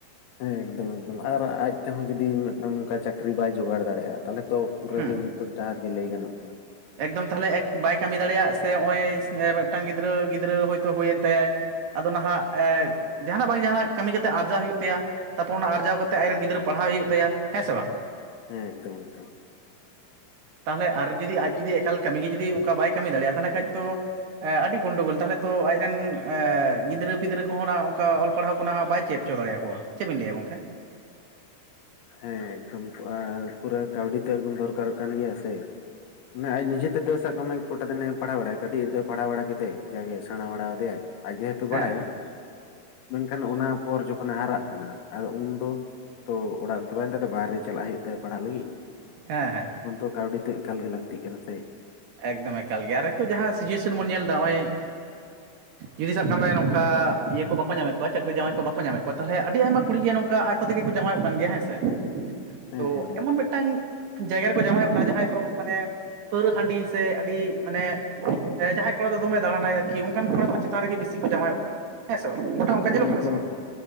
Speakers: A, on the left; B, on the right.
A: ᱦᱮᱸ ᱮᱠᱫᱚᱢ ᱮᱠᱫᱚᱢ ᱟᱨ ᱟᱡ ᱛᱮᱦᱚᱸ ᱡᱩᱫᱤ ᱢᱤᱫᱴᱟᱝ ᱱᱚᱝᱠᱟ ᱪᱟᱹᱠᱨᱤ ᱵᱟᱭ ᱡᱳᱜᱟᱲ ᱫᱟᱲᱮᱜᱼᱟ ᱛᱟᱦᱚᱞᱮ ᱛᱚ ᱯᱩᱨᱟᱹ
B: ᱦᱮᱸ
A: ᱜᱮ ᱧᱩᱛᱟᱹᱛ ᱰᱟᱦᱟᱨ ᱜᱮ ᱞᱟᱹᱭ ᱜᱟᱱᱚᱜ ᱠᱟᱱᱟ ᱾
B: ᱮᱠᱫᱚᱢ ᱛᱟᱦᱚᱞᱮ ᱮᱠ ᱵᱟᱭ ᱠᱟᱢᱤ ᱫᱟᱲᱮᱭᱟᱜ ᱥᱮ ᱱᱚᱜᱼᱚᱭ ᱢᱤᱫᱴᱟᱝ ᱜᱤᱫᱽᱨᱟᱹ ᱜᱤᱫᱽᱨᱟᱹ ᱦᱳᱭᱛᱳ ᱦᱩᱭᱮᱱ ᱛᱟᱭᱟᱭ ᱟᱫᱚ ᱱᱟᱦᱟᱜ ᱡᱟᱦᱟᱱᱟᱜ ᱵᱟᱝ ᱡᱟᱦᱟᱱᱟᱜ ᱠᱟᱢᱤ ᱠᱟᱛᱮᱫ ᱟᱨᱡᱟᱣ ᱦᱩᱭᱩᱜ ᱛᱟᱭᱟ ᱛᱟᱨᱯᱚᱨ ᱚᱱᱟ ᱟᱨᱡᱟᱣ ᱠᱟᱛᱮᱫ ᱟᱡ ᱨᱮᱱ ᱜᱤᱫᱽᱨᱟᱹ ᱯᱟᱲᱦᱟᱣ ᱦᱩᱭᱩᱜ ᱛᱟᱭᱟ ᱦᱮᱸ ᱥᱮ ᱵᱟᱝ
A: ᱦᱮᱸ ᱮᱠᱫᱚᱢ ᱮᱠᱫᱚᱢ
B: ᱛᱟᱦᱞᱮ ᱟᱨ ᱡᱩᱫᱤ ᱟᱡ ᱡᱩᱫᱤ ᱮᱠᱟᱞ ᱠᱟᱢᱤ ᱜᱤ ᱡᱩᱫᱤ ᱚᱱᱠᱟ ᱵᱟᱭ ᱠᱟᱹᱢᱤ ᱫᱟᱲᱮᱭᱟᱜᱼᱟ ᱛᱟᱦᱚᱞᱮ ᱠᱷᱟᱡ ᱫᱚ ᱟᱰᱤ ᱜᱚᱱᱰᱳᱜᱳᱞ ᱛᱟᱦᱚᱞᱮ ᱛᱚ ᱟᱡᱨᱮᱱ ᱜᱤᱫᱽᱨᱟᱹ ᱯᱤᱫᱽᱨᱟᱹ ᱠᱚᱦᱚᱸ ᱱᱟᱜ ᱚᱱᱠᱟ ᱚᱞ ᱯᱟᱲᱦᱟᱣ ᱠᱚ ᱚᱱᱟ ᱵᱟᱭ ᱪᱮᱫ ᱪᱚ ᱫᱟᱲᱮᱭᱟᱠᱚᱣᱟ ᱪᱮᱫᱵᱤᱱ ᱞᱟᱹᱭᱟ ᱜᱚᱝᱠᱮ
A: ᱦᱮᱸ ᱮᱠᱫᱚᱢ ᱯᱩᱨᱟᱹ ᱠᱟᱣᱰᱤ ᱫᱚ ᱮᱠᱫᱚᱢ ᱫᱚᱨᱠᱟᱨᱚᱜ ᱠᱟᱱ ᱜᱮᱭᱟ ᱥᱮ ᱢᱟᱱᱮ ᱟᱡ ᱱᱤᱡᱮ ᱛᱮᱫᱚ ᱥᱟᱵ ᱠᱟᱜ ᱢᱮ ᱠᱚᱴᱟ ᱫᱤᱱᱮ ᱯᱟᱲᱦᱟᱣ ᱵᱟᱲᱟᱭᱟ ᱠᱟᱹᱴᱤᱡ ᱨᱮ ᱫᱚ ᱯᱟᱲᱦᱟᱣ ᱵᱟᱲᱟ ᱠᱮᱫᱮ ᱡᱟᱜᱮ ᱥᱮᱬᱟ ᱵᱟᱲᱟ ᱟᱫᱮᱭᱟᱭ ᱟᱨ ᱡᱮᱦᱮᱛᱩ ᱵᱟᱲᱟᱭᱟ
B: ᱦᱮᱸ ᱦᱮᱸ
A: ᱢᱮᱱᱠᱷᱟᱱ ᱚᱱᱟ ᱯᱚᱨ ᱡᱚᱠᱷᱚᱱᱮ ᱦᱟᱨᱟᱜ ᱠᱟᱱᱟ ᱟᱫᱚ ᱩᱱ ᱫᱚ ᱛᱚ ᱚᱲᱟᱜ ᱨᱮ ᱛᱚᱵᱮᱱᱛᱮ ᱵᱟᱨᱦᱮ ᱪᱟᱞᱟᱜ ᱦᱩᱭᱩᱜ ᱛᱟᱭᱟ ᱯᱟᱲᱦᱟᱜ ᱞᱟᱹᱜᱤᱫ᱾
B: ᱦᱮᱸ ᱦᱮᱸ
A: ᱛᱚᱠᱷᱚᱱ ᱛᱚ ᱠᱟᱹᱣᱰᱤ ᱛᱚ ᱮᱠᱟᱞ ᱜᱮ ᱞᱟᱹᱠᱛᱤ ᱠᱟᱱᱟ ᱥᱮ
B: ᱮᱠᱫᱚᱢ ᱮᱠᱟᱞ ᱜᱮ ᱟᱨ ᱱᱤᱛᱚᱜ ᱡᱟᱦᱟᱸ ᱥᱤᱪᱩᱭᱮᱥᱚᱱ ᱵᱚᱱ ᱧᱮᱞᱫᱟ ᱱᱚᱜᱼᱚᱭ ᱡᱩᱫᱤ ᱥᱟᱵ ᱠᱟᱜ ᱢᱮ ᱱᱚᱝᱠᱟ ᱤᱭᱟᱹ ᱠᱚ ᱵᱟᱠᱚ ᱧᱟᱢᱮᱫ ᱠᱚᱣᱟ ᱪᱟᱹᱠᱨᱤ ᱡᱟᱶᱟᱭ ᱠᱚ ᱵᱟᱠᱚ ᱧᱟᱢᱮᱫ ᱠᱚᱣᱟ ᱛᱟᱦᱚᱞᱮ ᱟᱹᱰᱤ ᱟᱭᱢᱟ ᱠᱩᱲᱤ ᱜᱮ ᱱᱚᱝᱠᱟ ᱟᱡ ᱠᱚ ᱛᱮᱜᱮ ᱠᱚ ᱡᱟᱶᱟᱭᱚᱜ ᱠᱟᱱ ᱜᱮᱭᱟ ᱦᱮᱸ ᱥᱮ
A: ᱦᱮᱸ
B: ᱛᱚ
A: ᱦᱮᱸ ᱦᱮᱸ
B: ᱮᱢᱚᱱ ᱢᱤᱫᱴᱟᱝ ᱡᱟᱭᱜᱟ ᱨᱮᱠᱚ ᱡᱟᱶᱟᱭᱚᱜ ᱠᱟᱱᱟ ᱡᱟᱦᱟᱸᱭ ᱫᱚ ᱦᱟᱱᱮ ᱯᱟᱹᱣᱟᱹ ᱦᱟᱺᱰᱤᱥ ᱥᱮ ᱟᱹᱰᱤ ᱢᱟᱱᱮ ᱡᱟᱦᱟᱸᱭ ᱠᱚᱲᱟ ᱫᱚ ᱫᱚᱢᱮ ᱫᱟᱬᱟᱱᱟᱭ ᱟᱨᱠᱤ ᱚᱱᱠᱟᱱ ᱠᱚᱲᱟ ᱠᱚ ᱪᱮᱛᱟᱱ ᱨᱮᱜᱮ ᱵᱤᱥᱤ ᱠᱚ ᱡᱟᱶᱟᱭᱚᱜ ᱠᱟᱱᱟ ᱦᱮᱸ ᱥᱮ ᱵᱟᱝ ᱜᱚᱴᱟ ᱚᱱᱠᱟ ᱧᱮᱞᱚᱜ
A: ᱦᱮᱸ ᱮᱠᱫᱚᱢ
B: ᱠᱟᱱᱟ ᱥᱮ ᱵᱟᱝ
A: ᱮᱠᱫᱚᱢ